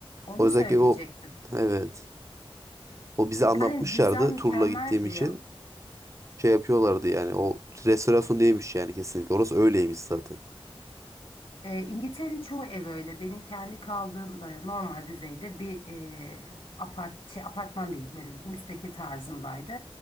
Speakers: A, on the left; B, on the right.
A: onu
B: O yüzden
A: söyleyecektim.
B: ki o evet. O bize anlatmışlardı
A: Yani düzen mükemmeldi
B: turla gittiğim için.
A: ya.
B: Şey yapıyorlardı yani. O restorasyon değilmiş yani kesinlikle. Orası öyleymiş zaten.
A: E, İngiltere'nin çoğu ev öyle. Benim kendi kaldığım böyle normal düzeyde bir e, apart, şey, apartman değil böyle müstakil tarzındaydı.